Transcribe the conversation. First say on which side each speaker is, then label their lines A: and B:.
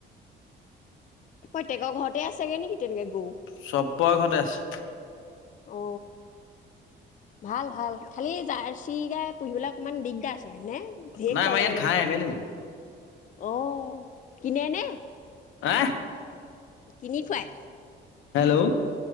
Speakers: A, on the left (about 40°); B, on the left (about 80°).
A: প্ৰত্যয়েকৰ ঘৰতে আছোগে নেকি তেনেকে গৰু
B: চব বয় ঘতে আছে
A: অ ভাল ভাল খালি জাৰ্চি গাই পুহিবলৈ অকমান দিগদাৰ আ নে ভেক
B: নাই
A: খুৱাব
B: আমাৰ ইয়াত
A: লাগে
B: ঘাঁহ
A: নহয়
B: এভেইলেবল
A: আহ কিনেনে
B: হ
A: কিনি খুৱাই
B: হেল্ল'